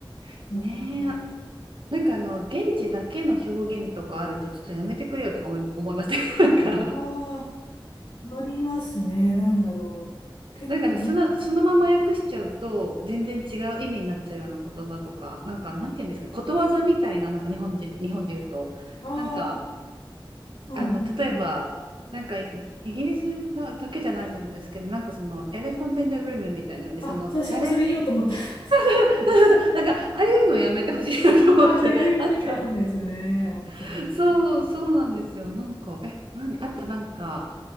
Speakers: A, on the right; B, on the left.
A: <laughs>
B: なかなか。
A: ねえ、なんかあの現地だけの表現とかあるとちょっとやめてくれよとか思い <laughs> 思いません <laughs> なんか
B: ああ、ありますね。なんだろう。結構、
A: なんかあのその、そのまま訳しちゃうと全然違う意味になっちゃうような言葉とかなんかなんて言うんですかことわざみたいな、なんか日本人日本で言うとなんか
B: ああー、うん、
A: あの例えばなんかイ、
B: うん、うん。
A: イギリスだ、だけじゃないと思うんですけどなんかそのエレファント・イン・ザ・ルームみたいなのでその誰
B: あ、そう私今それ言おうと思った。
A: <laughs>
B: <laughs>
A: なんかああいうのやめてほしいなと思ってなんか
B: ああ、ね、あれ読んで意味わかんないですよね。本当に。
A: <laughs> そう、そうなんですよ。なんか、え、何、あとなんか、